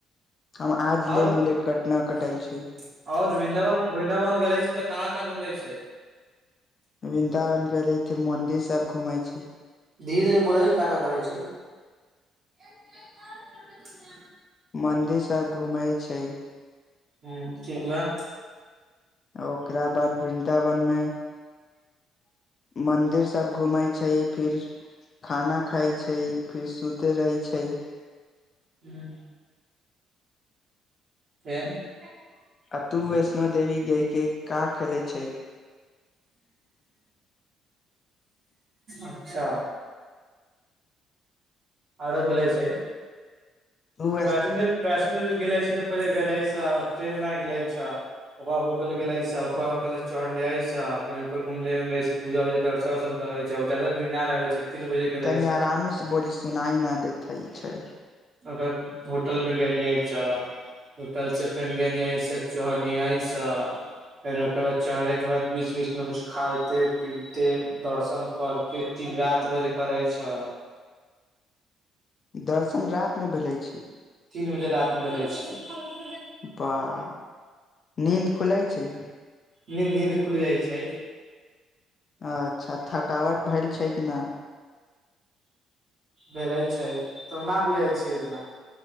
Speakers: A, on the left (about 40°); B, on the right (about 50°).
A: हम
B: <unintelligible>
A: आज
B: आओर
A: ले मुलेट
B: -आओर
A: कट न कटल छै
B: वृन्दावन -वृन्दावन गेले छै तऽ कहाँ। कका घुम लै छै। <unintelligible>
A: वृंन्दावन के भेले इे मंदिर सब घूमे छै। <unintelligible>
B: धीरे धीरे बोलाय क का करै छै। <unintelligible>
A: मन्दिर। <unintelligible> सब घूमै छै। <unintelligible>
B: ह्म ठीक ब। <unintelligible>
A: ओकरा बाद वृन्दावन मे। <unintelligible> मंदिर सब घूमे छै फिर खाना खााय छै। छै फिर सुते रहै छै। <unintelligible>
B: हूं। <unintelligible> फेर। <unintelligible>
A: अ तू वैष्णो देवी गेके का खेलैत छै।
B: अच्छा। <unintelligible> आरो बोलै छै। <unintelligible>
A: तू
B: वैष्णदवी- वैष्णो देवी ग गेलै छी त पहिे गलाै आ े ग। ा ओकरा होटल गेले ओक होटल से चढ़ले फ ऊर घुले उ पूजा दर्शन वर्शन कर ज जादा भीड़ न रहे छै। तीन बजे गेले
A: तनी
B: छह
A: आराममे से बोली सुनाई न देते छै। <unintelligible>
B: अ। <unintelligible> होटल मे गेलिय छह होटल से फेर गेलियस चढ़लिय छ फेर ओकर बाद चढ़े के बाद- बीच बीच मे कुछ खाइते पीते दर्शन करते तीन रति बजे करै छ।
A: दर्शन रात मे भेले छै
B: तीन मिनट आने प लै छै। <unintelligible> फल। <unintelligible>
A: बाह नीन्द खुलय छैय।
B: नीन्द नीन्द खुलि जाइ छैय।
A: अच्छा थकावट भेल छैय कि नैय।
B: भेलै छैय तो न बुझैत छैय ओतना।